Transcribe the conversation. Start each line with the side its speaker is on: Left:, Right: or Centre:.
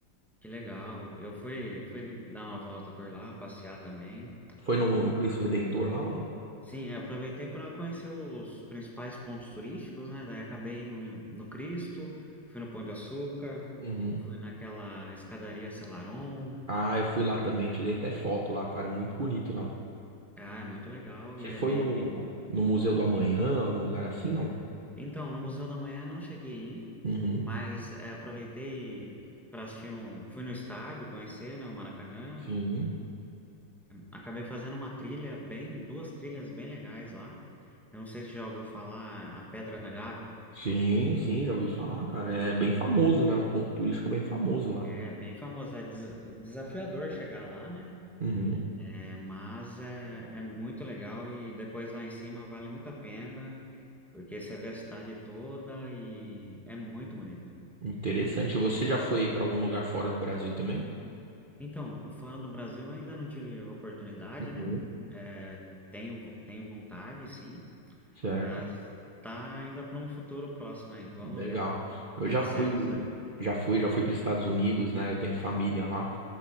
Centre: que legal. Eu fui, fui dar uma volta por lá, passear também.
Right: Foi no, no Cristo Redentor lá ou não?
Centre: Sim, eu aproveitei para conhecer os principais pontos turísticos, né? Daí acabei no, no Cristo, fui no Pão de Açúcar,
Right: Uhum.
Centre: fui naquela escadaria Selarón.
Right: Ah, eu fui lá também, tirei até foto lá, cara, muito bonito lá.
Centre: Ah, é muito legal
Right: Você
Centre: e é
Right: foi
Centre: bem,
Right: no,
Centre: bem...
Right: no Museu do Amanhã, algum lugar assim, não?
Centre: Então, no Museu da Manhã não cheguei a ir,
Right: Uhum.
Centre: mas eh, aproveitei para assistir um... Fui no estádio conhecer, né, o Maracanã.
Right: Sim,
Centre: Acabei fazendo uma trilha bem... Duas trilhas bem legais lá. Eu não sei se já ouviu falar a Pedra da Gávea.
Right: sim, sim, já ouvi falar, cara. É bem famoso, né? Um ponto turístico bem famoso lá.
Centre: É bem famosa, é des- desafiador chegar lá, né?
Right: Uhum.
Centre: É, mas é, é muito legal e depois lá em cima vale muito a pena, porque você vê a cidade toda e é muito bonito.
Right: Interessante. Você já foi pra algum lugar fora do Brasil também?
Centre: Então, fora do Brasil ainda não tive oportunidade,
Right: Uhum.
Centre: né? É, tenho, vo- tenho vontade, sim,
Right: Certo.
Centre: mas tá ainda para um futuro próximo aí, vamos
Right: Legal.
Centre: ver.
Right: Eu
Centre: E
Right: já
Centre: você,
Right: fui,
Centre: já sabe?
Right: já fui, já fui para os Estados Unidos, né? Eu tenho família lá